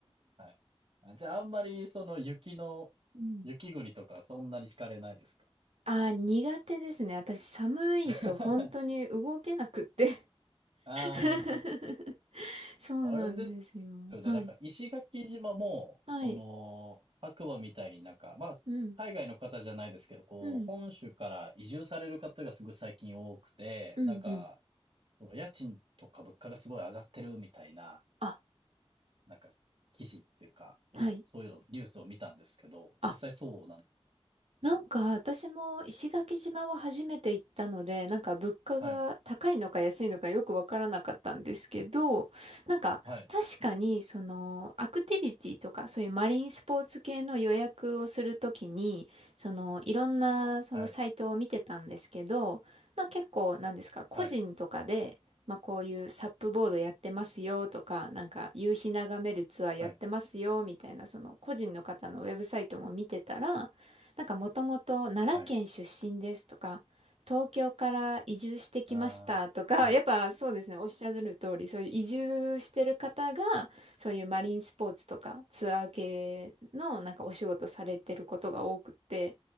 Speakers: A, on the right; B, on the right.
A: はい。あじゃあ、あんまり、その、雪の、
B: うん。
A: 雪国とか、そんなに惹かれないですか
B: あー、苦手ですね。私、寒いと本当に動けなくって
A: <laughs> ああ本当です
B: <laughs> そうなんですよ。
A: あれですよね。
B: はい。
A: なんか、石垣島も、
B: はい。
A: その、白馬みたいになんか、まあ、
B: うん。
A: 海外の方じゃないですけど、こう、
B: うん。
A: 本州から移住される方がすごい最近多くて、
B: うん。
A: なんか、
B: うん。
A: その家賃とか物価がすごい上がってるみたいな、
B: あ、
A: なんか、記事っていうか、
B: はい。
A: そういうの、ニュースを見たんですけど、
B: あ、
A: 実際そうなんです。
B: なんか私も石垣島は初めて行ったので、なんか物価が高いのか安いのかよくわからなかったんですけど、
A: はい、
B: なんか確かにそのアクティビティとかそういうマリンスポーツ系の予約をするときに、
A: はい、
B: そのいろんなそのサイトを見てたんですけど、
A: はい、
B: まあ結構なんですか、個人とかで、
A: はい、
B: まあこういうサップボードやってますよとか、なんか夕日眺めるツアーやってますよみたいなその個人の方のウェブサイトも見てたら、
A: はい、
B: なんかもともと奈良県出身ですとか、
A: はい。
B: 東京から移住してきましたとか、
A: あー、はい、
B: <laughs> やっぱそうですね、おっしゃる通り、そういう移住してる方が、そういうマリンスポーツとかツアー系のなんかお仕事されてることが多くって、